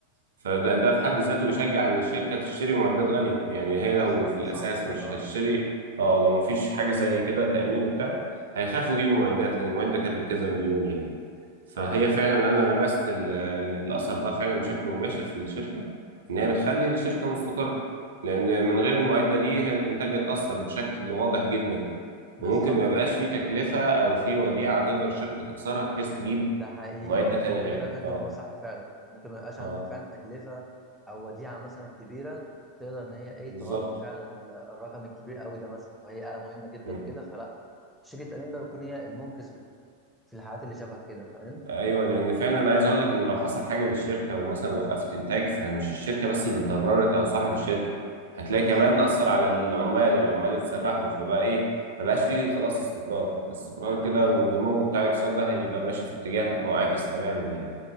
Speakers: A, on the right; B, in the centre.
A: فده ده في حد ذاته بيشجع إن الشركة تشتري معدات غالية يعني
B: بالظبط
A: هي لو في الأساس
B: صح كده
A: مش
B: اه
A: هتشتري اه لو مفيش حاجة زي كده تأمين وبتاع هيخافوا يجيبوا معدات لأن المعدة كانت بكذا مليون يعني فهي
B: اه
A: فعلا
B: اه
A: أنا لمست ال... ال- الأثر ده فعلا بشكل مباشر في الشركة إن هي
B: ايوه
A: بتخلي
B: ايوه
A: الشركة مستقرة لأن من غير المعدة دي هي الإنتاج اتأثر بشكل واضح جدا
B: بالظبط
A: وممكن ما يبقاش
B: فعلا
A: في تكلفة أو في وديعة تقدر الشركة تكسرها بحيث تجيب
B: ده حقيقي
A: معدة تاني
B: انت
A: غيرها
B: كده فهمت
A: اه
B: الموضوع صح فعلا ممكن ما يبقاش
A: اه
B: عندك فعلا تكلفه او وديعه مثلا كبيره تقدر ان هي ايه
A: بالظبط
B: تغطي فعلا ال- الرقم الكبير قوي ده مثلا او هي آلة مهمه جدا
A: مم.
B: وكده فلا شركه التامين بقى بتكون هي المنقذ في ال- في الحالات اللي شبه كده فاهم
A: ايوه لان فعلا انا عايز اقول لك ان لو حصل حاجه للشركه ومثلا وقفت انتاج فمش الشركه بس اللي اتضررت او صاحب الشركه هتلاقي
B: بالظبط
A: كمان اثر على العمال العمال اتسرحوا فبقى ايه ما
B: ده
A: بقاش
B: حقيقي
A: فيه خلاص استقرار استقرار
B: ده
A: كده
B: حقيقي
A: والنمو بتاع الاقتصاد ده هيبقى ماشي في اتجاه معاكس تماما يعني